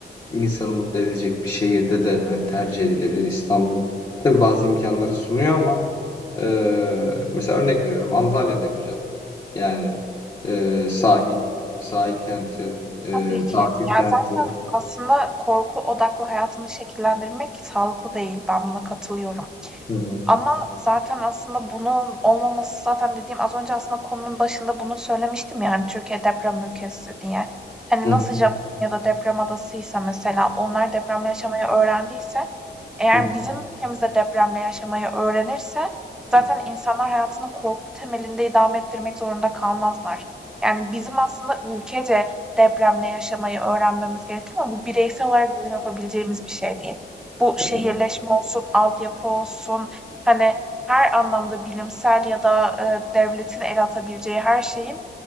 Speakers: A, on the left; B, in the centre.
A: insanı mutlu edecek bir şehirde de hani tercih edilebilir İstanbul. Tabii bazı imkanları sunuyor ama e, mesela örnek veriyorum Antalya'da güzel. Yani e, sahil, sahil kenti, e,
B: Tabii ki.
A: tatil
B: Ya,
A: kenti.
B: zaten aslında korku odaklı hayatını şekillendirmek sağlıklı değil. Ben buna katılıyorum.
A: Hı hı.
B: Ama zaten aslında bunun olmaması zaten dediğim az önce aslında konunun başında bunu söylemiştim yani Türkiye deprem ülkesi diye. Hani,
A: Hı
B: nasıl Japonya'da deprem adasıysa mesela onlar depremle yaşamayı öğrendiyse eğer
A: hı.
B: bizim ülkemizde depremle yaşamayı öğrenirse zaten
A: hı,
B: insanlar hayatını korku temelinde idame ettirmek zorunda kalmazlar. Yani, bizim aslında ülkece depremle yaşamayı öğrenmemiz gerekiyor ama bu bireysel olarak bizim yapabileceğimiz bir şey değil. Bu şehirleşme
A: Evet,
B: olsun, altyapı olsun, Hani, her anlamda bilimsel ya da, eee, devletin el atabileceği her şeyin,